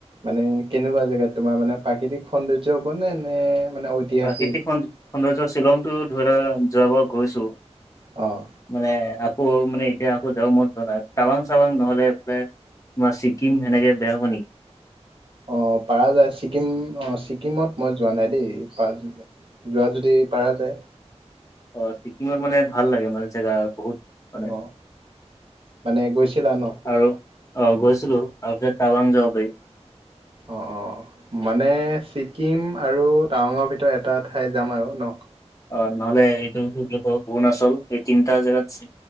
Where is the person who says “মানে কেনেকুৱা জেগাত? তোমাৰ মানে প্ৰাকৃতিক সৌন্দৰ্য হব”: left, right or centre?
Right